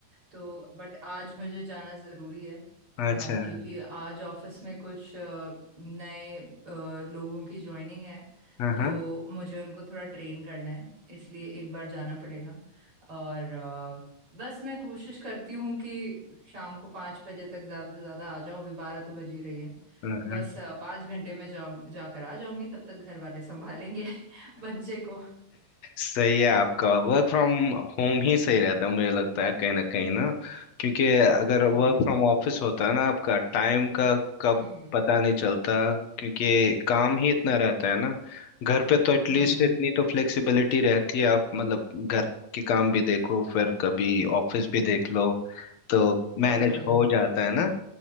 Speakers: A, on the right (about 35°); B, on the left (about 60°).
A: तो बट आज मुझे जाना जरूरी है
B: अच्छा
A: अ, क्योंकि आज ऑफिस में कुछ अ, नए अ, लोगों की ज्वाइनिंग है
B: हाँ
A: तो
B: हाँ
A: मुझे उनको थोड़ा ट्रेन करना है इसलिए एक बार जाना पड़ेगा और अ, बस मैं कोशिश करती हूँ कि शाम को पाँच बजे तक ज्यादा से ज्यादा आ जाऊँ अभी बारह तो बज ही रही है
B: हाँ
A: तो
B: हाँ
A: बस अ, पाँच घंटे में जाऊं जाकर आ जाऊंगी तब तक घर वाले संभालेंगे बच्चे को
B: सही है आपका वर्क फ्रॉम होम ही सही रहता है मुझे लगता है कहीं ना कहीं ना क्योंकि अगर
A: हम्म
B: वर्क फ्रॉम ऑफिस होता है ना आपका टाइम का कब
A: हम्म
B: पता नहीं चलता क्योंकि काम ही इतना रहता है ना घर पे तो एटलीस्ट
A: हम्म
B: इतनी तो फ्लेक्सिबिलिटी रहती है आप मतलब घर के काम भी देखो फिर कभी ऑफिस भी देख लो तो मैनेज
A: बिल्कुल
B: हो जाता है ना